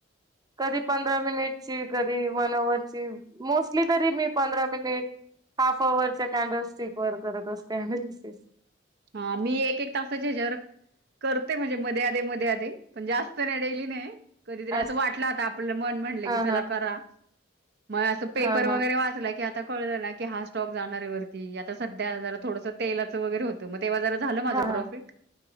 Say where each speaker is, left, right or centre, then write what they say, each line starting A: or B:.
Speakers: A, on the right; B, on the right.
A: कधी पंधरा मिनिटची. कधी वन अवरची मोस्टली तरी मी पंधरा मिनिट. हाफ अवरच्या कॅन्डल स्टिकवर करत असते अमलिसिस.
B: हा मी एक एक तासाच्या हेच्यावर कर ते म्हणजे मध्ये आधे, मध्ये आधे पण जास्त नाही डेली नाही. कधीतरी
A: हा
B: असं वाटलं आता आपलं मन म्हटलं
A: हा
B: की चला करा? मग असं पेपर
A: हा हा
B: वगैरे वाचलं की आता, कळलं ना की हा स्टॉक जाणारे वरती आता सध्या जरा थोडं तेलाचं वगैरे होतं. मग तेव्हा जरा झालं माझं
A: हा हा
B: प्रॉफिट.